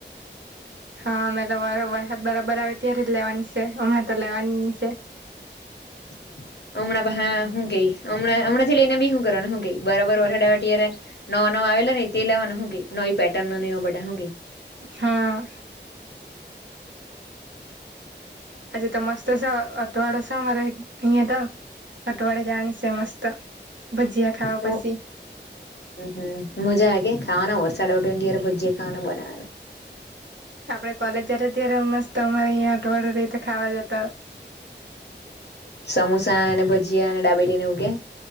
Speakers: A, on the right; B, on the left.
A: હા મે તો વર વરહદ વરહદ આવે ત્યારે જ લેવાની છે હમણાં તો લેવાની ની સે
B: <inaudible> હમણાં હા હું કે હમણાં હમણાંથી લઈને બી હુ કરવાો ને હું કે બરાબર વરહાદ આવફા ત્યારે નો નવો આવે લો રે તે લેવાનો હુ કે નવી પેટન ને એવા બધા હુ કે
A: હા આજે તો મસ્ત સે અઠવાડો સે અમારે અહી તો અટવાડે જની સમસ્ત ભજીયા ખાવા
B: ગઈ
A: પસી
B: હમ મજા આ કે ખા સાડાય ભુજએ ખ બના
A: આપડે કોલેજ જયારે જ્યારે મસ્ત તો અરે અહીિયાયા અઠવાડિયું રહી તો ખાવા જતા
B: સમોસા અને ભજીયા અને ડાબેલી ઉ કે